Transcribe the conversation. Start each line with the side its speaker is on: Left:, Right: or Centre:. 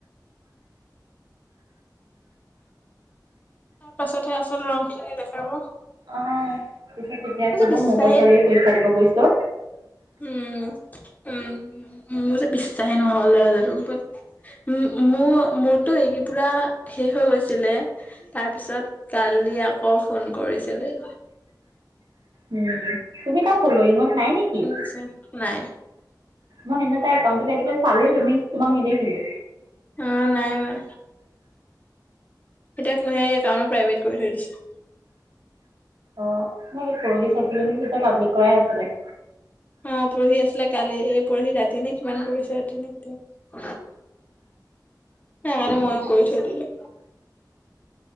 Left: তাৰ পাছতহে আচল ৰং খিনি দেখাব।
Right: অ' পিছত তেতিয়াহে ক'ব
Left: যে বিশ্বাসে
Right: মোৰ পইচা লৈ পৰীক্ষা দিব গৈছ।
Left: উম, উম মোৰ যে বিশ্বাসে নহ'ল ল'ৰাটো ওপৰত উ', মোৰ মোৰতো এই পুৰা শেষ হৈ গৈছিলে। তাৰপিছত কালি আকৌ ফোন কৰিছিলে।
Right: উম, তুমি তাৰ ফলয়িঙত নাই নেকি?
Left: আছে। নাই।
Right: মই সেইদিনা তাৰ একাওন্তো ছাইছো, চালো তুমি তোমাক নেদেখিলো।
Left: অ' নাই মই এতিয়া <unintelligible> কাৰ প্ৰাইভেট। কৰি থৈ দিছে তাৰ
Right: অ' মই সেই পৰহি চাইছিলো নিকি তেতিয়া পাব্লিক কৰাই আছিলে।
Left: উম। অ' পৰহি আছিলে, কালি এই পঢ়ি ৰাতি নে কিমান, পৰিছে ৰাতি ন কেতিয়া? সেইকাৰণে মইও কৰি থৈ দিলো।